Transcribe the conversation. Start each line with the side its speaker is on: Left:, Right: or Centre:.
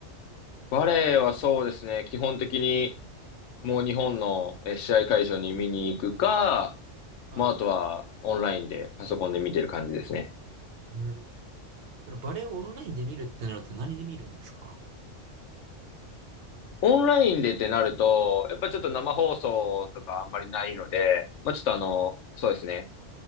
Left: バレーはそうですね、基本的にもう日本のえー試合会場に見に行くか、
Right: はい。
Left: まああとはオンラインでパソコンで見てる感じですね。
Right: うんこのバレエをオンラインで見るってなると何で見るんですか
Left: オンラインでってなると、やっぱちょっと生放送とかあんまりないので、まあちょっとあの、そうですね、